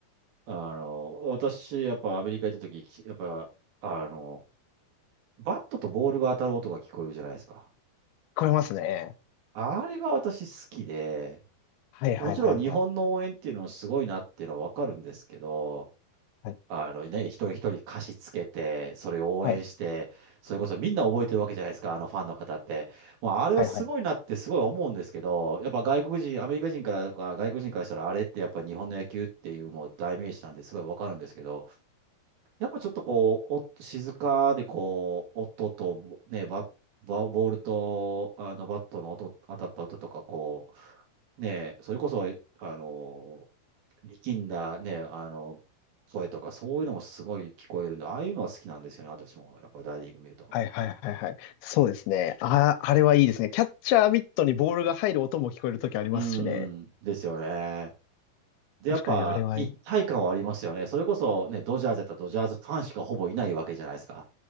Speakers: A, on the right; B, on the left.
A: あの、私、やっぱアメリカ行った時、きやっぱ、あの、バットとボールが当たる音が聞こえるじゃないですか。
B: 聞こえますね。
A: あれが私好きで、
B: はいはいはいはい。
A: もちろん日本の応援っていうのもすごいなっていうのはわかるんですけど、
B: はい。
A: あのね、一人一人歌詞つけて、それを応援して、
B: はい
A: それこそみんな覚えてるわけじゃないですか、あのファンの方って。もうあれはすごいなってすごい思うんですけど、
B: はい。
A: やっぱ外国人、アメリカ人からとか外国人からしたらあれってやっぱ日本の野球っていうもう代名詞なんですごいわかるんですけど、やっぱちょっとこう、お静かでこう、音とね、バッバボールとあのバットの音、当たった音とか、こう、ね、それこそ、あの力んだね、あの、声とか、そういうのもすごい聞こえるんで、ああいうのは好きなんですよね、私も。やっぱ大リーグ見ると。
B: はいはいはいはいはい。そうですね。あ、あれはいいですね。キャッチャーミットにボールが入る音も聞こえるときありますしね。
A: うん、ですよね。で、
B: 確かにあれはいい。
A: やっぱ一体感はありますよね。それこそね、ドジャーズやったらドジャーズファンしかほぼいないわけじゃないですか。